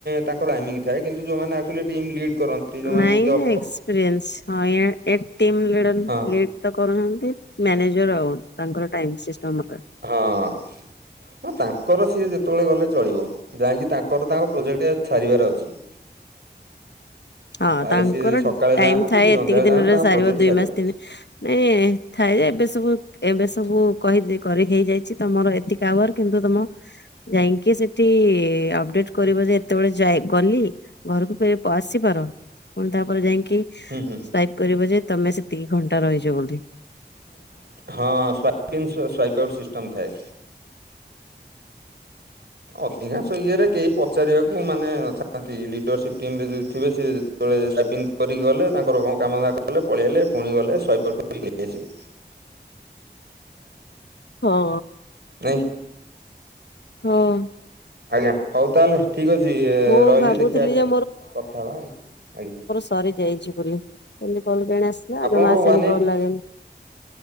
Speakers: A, on the right (about 70°); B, on the left (about 75°).
A: ତାଙ୍କର ଆାଇମିଙ୍ଗ ଥାଏ କିନ୍ତୁ ଯୋଉମାନେ ଆଚୁ ଟିମ୍ ଲିଡ୍ କରନ୍ତି ଯୋଉମାନେ
B: ନାଇଁ
A: ଟେ ଅ
B: ଏକ୍ସପିରିଏନ୍ସ ହଁ ଏଟିମ <unintelligible>
A: ହଁ
B: ତ କରୁନାହାନ୍ତି ମ୍ୟାନେଜର ଆଉ ତାଙ୍କର ଟାଇମ ସିଷ୍ଟମ
A: ହଁ ତାଙ୍କର ସିଏ ଯେତେବେଳେ ଗଲେ ଚଳିବ। ଯାଇକି ତାଙ୍କର ତାଙ୍କ ପ୍ରୋଜେକ୍ଟ ସାରିବାର ଅଛି।
B: ହଁ
A: ତାହେଲେ
B: ତାଙ୍କର
A: ସିଏ ସକାଳେ
B: ଟାଇମ
A: ଯାଆନ୍ତୁ
B: ଥାଏ
A: କି
B: ଏତିକି
A: ସନ୍ଧ୍ୟାବେଳେ
B: ଦିନରେ
A: ଯାଆନ୍ତୁ ତାଙ୍କ
B: ସାରିବ
A: ପ୍ରୋଜେକ୍ଟ
B: ଦୁଇ
A: ସାରିବାର
B: ମାସ
A: ଅଛି
B: ତିନି ନାଇଁ ଥାଏ ଯେ ଏବେ ସବୁ ଏବେ ସବୁ କହି କରି ହେଇଯାଇଛି ତମର ଏତିକି ଟାୱର କିନ୍ତୁ ତମ ଯାଇକି ସେଠି ଅପଡେଟ କରିବ ଯେ ଏତେବେଳେ ଯାଇ ଗଲି ଘରକୁ ଫେ ଆସ ପାର ପୁଣି ତାପରେ ଯାଇକି
A: ହୁଁ ହୁଁ।
B: ସ୍ୱାଇପ କରିବ ଯେ ତମେ ସେତିକି ଘଣ୍ଟା ରହିଛ ବୋଧେ।
A: ହଁ ସ୍ ସ୍ଵାଇପ୍ ନିସାଇଟଆଉଟ ସିଷ୍ଟମ ଥାଏ। ଅଧିକାଂଶ ଇଏରେ କେହି ପଚାରିବାକୁ ମାନେ ନଥାନ୍ତି ଲିଡରସିପ୍ ଟିମରେେ ଯଦି ଥିବେ ସେ ସେତବେଳେ ସାଇପିଂ କରିକି ଗଲେ ତାଙ୍କର କାମ <unintelligible> କଲେ ପଳେଇଆଲେ ପୁଣି ଗଲେ ସ୍ଇପର କରଆସିବେ।
B: ହଁ।
A: ନାଇ।
B: ହଁ।
A: ଆଜ୍ଞା ହଉ ତାହଲେ ଠିକ ଅଛି
B: ମୁଁ
A: ରହିଲି
B: ଭାବୁଥିଲି
A: ଦେଖିବା
B: ଯେ
A: କଥା ହେବା ଆଉ ଆଜ୍ଞା।
B: ସରି ଯାଇଛି ବୋଲି କେମିତି କଲ କେଣି ଆସିଲା
A: ଆପଣଙ୍କର
B: ଜମା ଆସେନିକଲ
A: ୱାନ୍ ଏଇଟି
B: ଲାଗେନି।